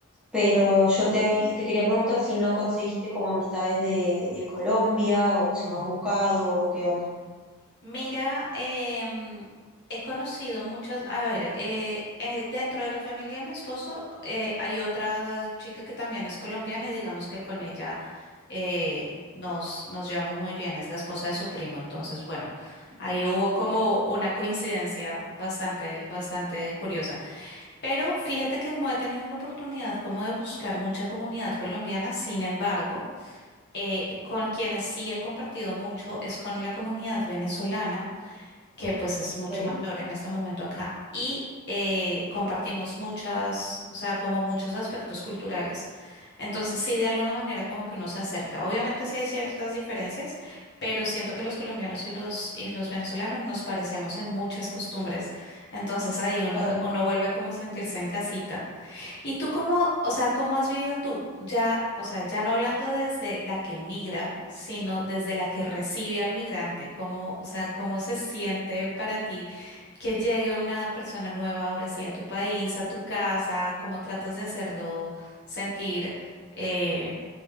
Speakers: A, in the centre; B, on the left.
A: Pero yo te, habí- te quería preguntar si no conseguiste como amistades de, de Colombia o si no has buscado o qué onda.
B: Mira, em, he conocido muchas, a ver, eh, eh, dentro de la familia de mi esposo eh, hay otra chica que también es colombiana y digamos que con ella eh, nos, nos llevamos muy bien, es la esposa de su primo, entonces bueno, ahí
A: Ah,
B: hubo como una coincidencia bastante, bastante curiosa. Pero fíjate que no he tenido la oportunidad como de buscar mucha comunidad colombiana, sin embargo, eh, con quienes sí he compartido mucho es con la comunidad venezolana que pues es mucho
A: Ok,
B: mayor en este momento acá, y eh, compartimos muchas, o sea, como muchos aspectos culturales. Entonces sí, de alguna manera como que uno se acerca. Obviamente sí hay ciertas diferencias, pero siento que los colombianos y los, y los venezolanos nos parecemos en muchas costumbres. Entonces ahí uno,
A: claro.
B: uno vuelve como a sentirse en casita. ¿Y tú cómo, o sea, cómo has vivido tú, ya, o sea, ya no hablando desde la que migra, sino desde la que recibe al migrante? ¿Cómo, o sea, cómo se siente para ti que llegue una persona nueva ahora sí a tu país, a tu casa? ¿Cómo tratas de hacerlo sentir, eh,